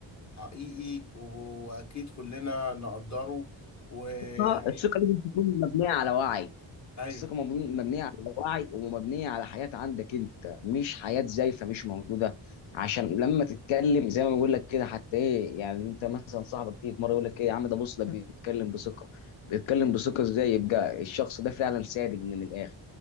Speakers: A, on the left (about 35°); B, on the left (about 85°).
A: حقيقي واكيد كلنا نقدره ويعني
B: آه، الثقه لازم تكون مبنيه على وعي
A: ايوه
B: الثقه مبنو- مبنيه على وعي ومبنيه على حياه عندك انت مش حياه زيفه مش موجوده عشان لما تتكلم زي ما بقول لك كده حتى ايه يعني انت مثلا صاحبك تيجي في مره يقول لك ايه يا عم ده بص ده بيتكلم بثقه بيتكلم بثقه ازاي يبقى الشخص ده فعلا صادق من الاخر